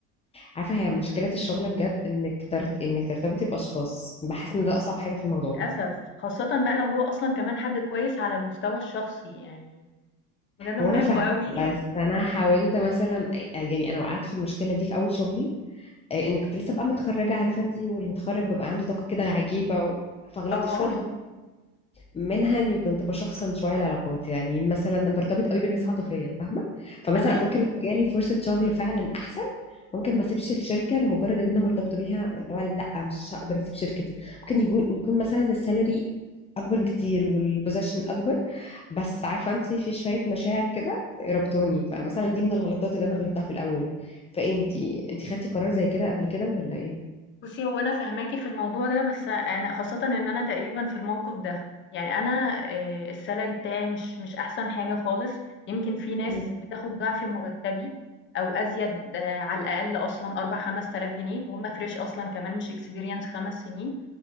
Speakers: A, on the left; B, on the left.
A: عارفة هي مشكلة الشغل بجد انك ترت... انك ترتبطي باشخاص بحس ان ده اصعب حاجة في الموضوع
B: للأسف، خاصةً بقى لو هو أصلًا كمان حد كويس على المستوى الشخصي، يعني بجد أنا
A: هو
B: باحبه
A: انا فاهمة
B: أوي
A: بس
B: <laughs>
A: انا حاولت مثلا يعني انا وقعت في المشكلة دي في اول شغلي آه، ان كنت لسه بقى متخرجة عارفة انتي واللي متخرج بيبقى عنده طاقة كده عجيبة و... فغلبت
B: آه،
A: شوية منها اني كنت بشخصن شويه العلاقات يعني مثلا برتبط قوي بالناس عاطفيا فاهمه فمثلا
B: تمام.
A: ممكن لو جالي فرصه شغل فعلا احسن ممكن ما اسيبش الشركه لمجرد ان انا مرتبطه بيها اللي هو لا مش هقدر اسيب شركتي ممكن يكون يكون مثلا السالري اكبر بكتير والبوزيشن اكبر بس عارفه انت في شويه مشاعر كده ربطوني فمثلا دي من الغلطات اللي انا غلطتها في الاول فايه انت انت خدتي قرار زي كده قبل كده ولا ايه
B: بُصّي، هو أنا فاهماكِ في الموضوع ده، بس أنا خاصةً إن أنا تقريبًا في الموقف ده، يعني أنا آآ الsalary بتاعي مش مش أحسن حاجة خالص، يمكن في ناس
A: مم.
B: بتاخد ضعف مرتبي أو أزيد آه، على الأقل أصلًا 4، 5000 جنيه وهُم fresh أصلًا كمان مش experience 5 سنين،